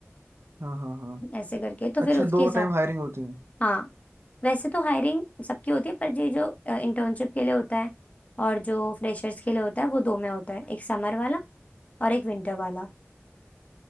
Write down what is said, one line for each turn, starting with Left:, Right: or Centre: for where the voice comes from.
Right: हाँ हाँ हाँ
Left: ऐसे करके तो फिर
Right: अच्छा
Left: उसके
Right: दो
Left: हिसाब
Right: टाइम हायरिंग होती है
Left: हाँ वैसे तो हायरिंग सबकी होती है पर ये जो इंटर्नशिप के लिए होता है और जो फ्रेशर्स के लिए होता है वो दो में होता है एक समर वाला और एक विंटर वाला